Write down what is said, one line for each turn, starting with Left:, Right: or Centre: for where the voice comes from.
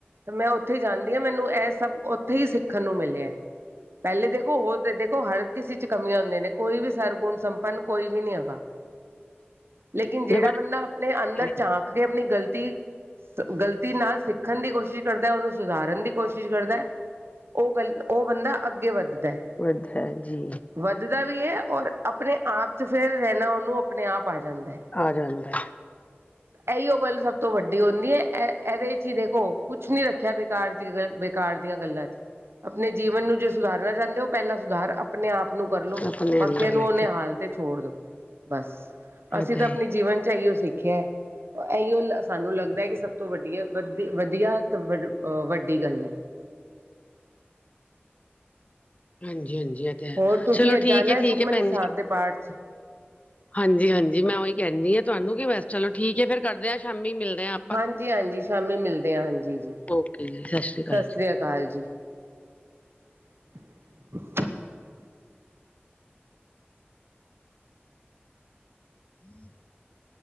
Right: ਤੇ ਮੈਂ ਉੱਥੇ ਜਾਂਦੀ ਆ ਮੈਨੂੰਏ ਸਭ ਉੱਥੇ ਹੀ ਸਿੱਖਣ ਨੂੰ ਮਿਲਿਐ ਪਹਿਲੇ ਦੇਖੋ ਹੋਰ ਦੇਖੋ ਹਰ ਕਿਸੇ ਚ ਕਮੀਆਂ ਹੁੰਦੀਆਂ ਨੇ ਕੋਈ ਵੀ ਸਰਗੁਣ ਸੰਪੰਨ ਕੋਈ ਵੀ ਨੀ ਹੈਗਾ ਲੇਕਿਨ ਜਿਹੜਾ
Left: ਦੇਖੋ
Right: ਬੰਦਾ ਆਪਨੇ ਅੰਦਰ
Left: ਜੀ
Right: ਝਾਂਕ ਕੇ ਆਪਨੀ ਗ਼ਲਤੀ ਗ਼ਲਤੀ ਨਾਲ ਸਿੱਖਣ ਦੀ ਕੋਸ਼ਿਸ਼ ਕਰਦਾ ਉਸਨੂੰ ਸੁਧਾਰਨ ਦੀ ਕੋਸ਼ਿਸ਼ ਕਰਦਾ ਉਹ ਗੱਲ ਉਹ ਬੰਦਾ ਅੱਗੇ ਵੱਧਦਾ
Left: ਵਧੀਆ ਹੈ ਜੀ
Right: ਵੱਧਦਾ ਵੀ ਹੈ ਔਰ ਆਪਣੇ ਆਪ ਚ ਫੇਰ ਰਹਿਣਾ ਉਹਨੂੰ ਆਪਣੇ ਆਪ ਆ ਜਾਂਦਾ ਹੈ
Left: ਆ ਜਾਂਦਾ
Right: ਇਹੀ ਉਹ ਗੱਲ ਸਭ ਤੋਂ ਵੱਡੀ ਹੁੰਦੀ ਹੈ ਇਹ ਇਹਦੇ ਚ ਹੀ ਦੇਖੋ ਕੁਛ ਨੀ ਰੱਖਿਆ ਬਕਾਰ ਦੀ ਗ ਬੇਕਾਰ ਦੀਆਂ ਗੱਲਾਂ ਚ ਆਪਣੇ ਜੀਵਨ ਨੂੰ ਜੇ ਸੁਧਾਰਨਾ ਚਾਹੁੰਦੇ ਹੋ ਉਹ ਪਹਿਲਾਂ ਰ ਆਪਣੇ ਆਪ ਨੂੰ ਕਰਲੋ
Left: ਆਪਣੇ
Right: ਬਾਕੀਆਂ
Left: ਅੰਦਰ
Right: ਨੂੰ
Left: ਲੈ
Right: ਉਨੇ
Left: ਕੇ
Right: ਹਾਲ ਤੇ ਛੋੜ ਦੋ ਬਸ ਅਸੀਂ
Left: ਏਦਾਂ
Right: ਤਾਂ ਆਪਣੇ
Left: ਹੀ
Right: ਜੀਵਨ ਚ ਇਹੀਓ ਸਿੱਖਿਆ ਇਹੀਓ ਸਾਨੂੰ ਲੱਗਦਾ ਹੈ ਕਿ ਸਭ ਤੋਂ ਵਧੀਆ ਵਧ ਵਧੀਆ ਤੇ ਵ ਅ ਵੱਡੀ ਗੱਲ
Left: ਹਾਂਜੀ, ਹਾਂਜੀ ਇਹ ਤੇ ਹੇ
Right: ਹੋਰ ਤੁਸੀਂ
Left: ਚਲੋ
Right: ਅੱਜ
Left: ਠੀਕ
Right: ਜਾਣਾ ਹੈ
Left: ਠੀਕ
Right: ਸੁਖਮਨੀ
Left: ਹਏ ਭੈਣ
Right: ਸਾਹਿਬ
Left: ਜੀ
Right: ਦੇ ਪਾਠ ਚ
Left: ਹਾਂਜੀ, ਹਾਂਜੀ ਮੈਂ ਉਹੀ ਕਹਿੰਦੀ ਆ ਤੁਹਾਨੂੰ ਕਿ ਬਸ ਚਲੋ ਠੀਕ ਏ ਫਿਰ ਕਰਦੇ ਹਾਂ ਸ਼ਾਮੀ ਮਿਲਦੇ ਹ ਆਪ
Right: ਹਾਂਜੀ, ਹਾਂਜੀ ਸ਼ਾਮੀ ਮਿਲਦੇ ਆ ਹਾਂਜੀ ਜੀ
Left: ਓਕੇ ਜੀ ਅਕਾਲ।
Right: ਸਤਿ ਸ਼੍ਰੀ ਅਕਾਲ ਜੀ <inaudible>
Left: ਹਮ <inaudible>